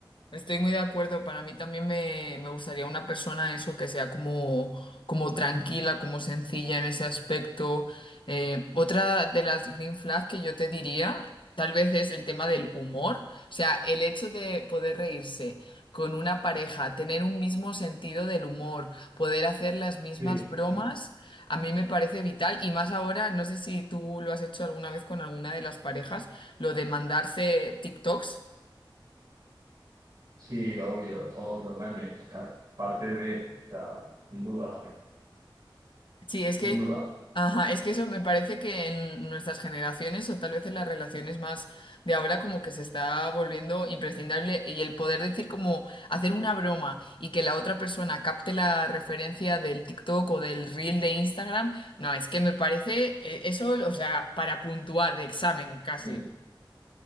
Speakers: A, on the left; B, on the right.
A: Estoy muy de acuerdo. Para mí también me, me gustaría una persona eso que sea como, como tranquila, como sencilla en ese aspecto. Eh, otra de las green flags que yo te diría, tal vez es el tema del humor. O sea, el hecho de poder reírse con una pareja, tener un mismo sentido del humor, poder hacer las mismas
B: sí,
A: bromas,
B: sí,
A: a mí me parece vital. Y más ahora, no sé si tú lo has hecho alguna vez con alguna de las parejas, lo de mandarse TikToks.
B: sí, obvio, obvio obviamente, claro, parte de, la sin duda,
A: Sí, es que
B: sin duda.
A: Ajá, es que eso me parece que en nuestras generaciones o tal vez en las relaciones más de ahora como que se está volviendo imprescindible y el poder decir como hacer una broma y que la otra persona capte la referencia del TikTok o del reel de Instagram, no, es que me parece eh, eso, o sea, para puntuar de examen casi.
B: Sí,